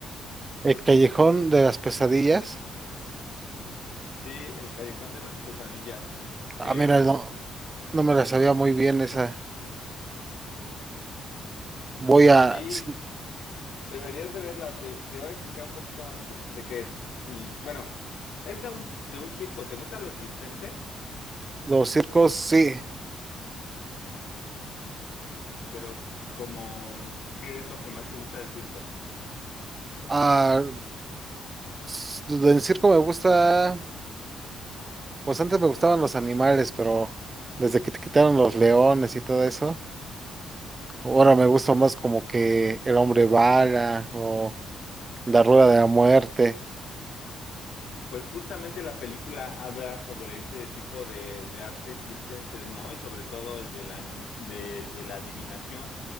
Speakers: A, on the right; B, on the left.
A: El Callejón de las Pesadillas.
B: Sí, el Callejón de las Pesadillas. Eh,
A: Ah, mira, no, no me la sabía muy bien esa. Voy a...
B: sí,
A: sí,
B: deberías de verla, te, te voy a explicar un poquito de, de qué es. Y bueno, es de un, de un circo, ¿te gusta lo circense?
A: Los circos, sí.
B: Pero como, ¿qué es lo que más te gusta del circo?
A: Ah, s- en circo me gusta... Pues antes me gustaban los animales, pero desde que te quitaron los leones y todo eso, ahora me gusta más como que el hombre bala o la rueda de la muerte.
B: Pues justamente la película habla sobre ese tipo de, de artes circenses, ¿no? Y sobre todo el de la, anim- del- de la adivinación